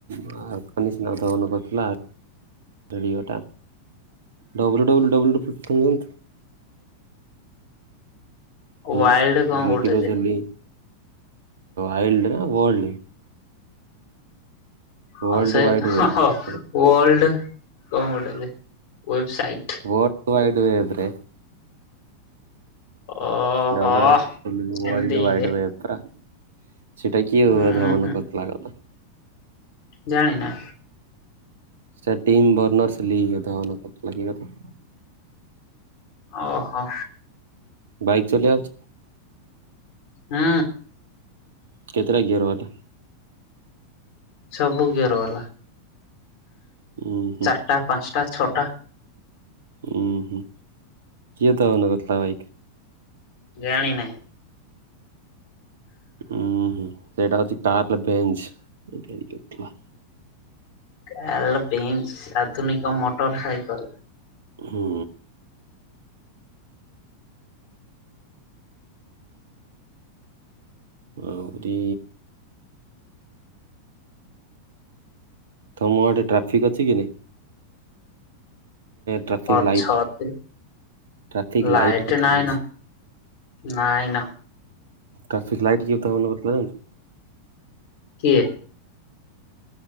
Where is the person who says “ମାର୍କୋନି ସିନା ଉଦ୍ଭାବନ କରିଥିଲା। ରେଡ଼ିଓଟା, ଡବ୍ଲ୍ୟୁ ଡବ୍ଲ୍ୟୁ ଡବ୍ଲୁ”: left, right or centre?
Right